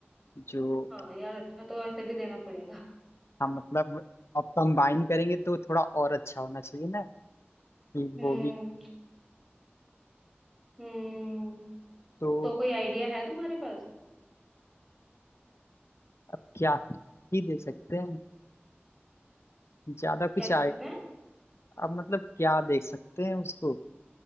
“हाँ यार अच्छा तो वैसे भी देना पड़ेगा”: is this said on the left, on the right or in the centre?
Centre